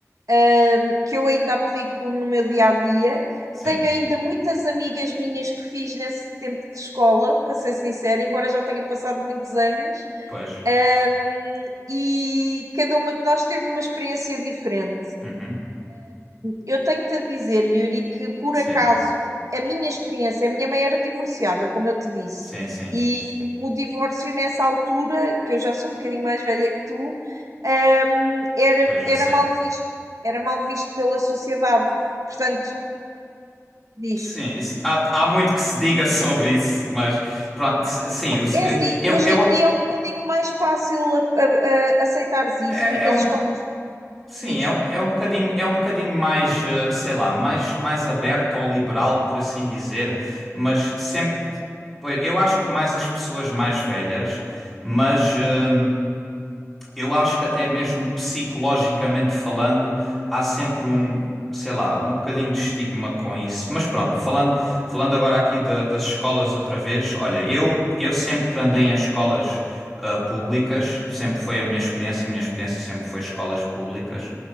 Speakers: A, on the right; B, in the centre.
A: ehm, que eu ainda aplico no meu dia a dia.
B: sim,
A: Tenho ainda muitas amigas minhas que fiz nesse tempo de escola, para ser sincera, embora já tenha passado muitos anos,
B: pois,
A: ehm, e cada uma de nós teve uma experiência diferente
B: uhum,
A: eu tenho-te a dizer, Yuri, que por
B: sim,
A: acaso a minha experiência, a minha mãe era divorciada, como eu te disse,
B: sim, sim,
A: e o divórcio nessa altura, que eu já sou um bocadinho mais velha que tu, hum, era,
B: pois eu
A: era
B: sei.
A: mal visto, era mal visto pela sociedade. Portanto, diz.
B: Sim, isso- há, há muito que se diga <laughs> sobre isso, mas pronto, s- sim, os-
A: É assim,
B: eu,
A: hoje
B: eu,
A: em dia é um bocadinho mais fácil a, a- a- aceitares isso
B: é,
A: e nas
B: é um,
A: escolas
B: boc- sim,
A: diz.
B: é, um- é um bocadinho, é um bocadinho mais, eh, sei lá, mais, mais aberto ao liberal, por assim dizer, mas sempre, pois, eu acho que mais as pessoas mais velhas, mas eh, Eu acho que até mesmo psicologicamente falando, há sempre um, sei lá, um bocadinho de estigma com isso. Mas pronto, falando, falando agora aqui da- das escolas outra vez, olha, eu, eu sempre andei em escolas ah, públicas, sempre foi a minha experiência, a minha experiência sempre foi escolas públicas.